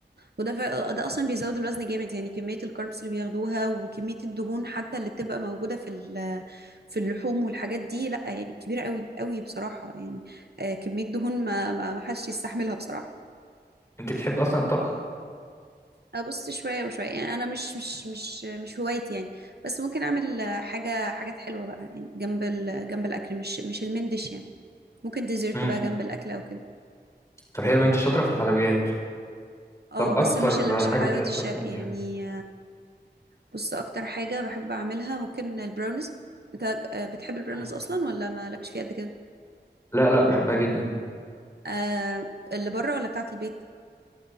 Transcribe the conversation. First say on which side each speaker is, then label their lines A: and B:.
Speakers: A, on the right; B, on the left.
A: وده ف... ده اصلا بيزود الوزن جامد يعني كميه الكاربس اللي بياخدوها وكميه الدهون حتى اللي بتبقى موجوده في ال... في اللحوم والحاجات دي لا يعني كبيره قوي قوي بصراحه يعني آه كميه دهون ما ما ما حدش يستحملها بصراحه
B: انت بتحب اصلا الطبخ
A: ابص شويه وشويه يعني انا مش مش مش مش هوايتي يعني بس ممكن اعمل آه، حاجه حاجات حلوه بقى يعني جنب ال... جنب الاكل مش مش المندش يعني ممكن ديزرت
B: امم
A: بقى جنب الاكل او كده
B: طب حلو انت شاطره في الحلويات
A: اه
B: طب اكتر
A: بس مش اللي مش
B: حاجه
A: الحلويات
B: بتحب بتعرف
A: الشرقي
B: تعمليها
A: يعني بص اكتر حاجة بحب اعملها ممكن البراونيز انت آه، بتحب البراونيز
B: مم.
A: اصلا ولا مالكش فيها قد كده
B: لا لا بحبها جدا
A: آه اللي بره ولا بتاعت البيت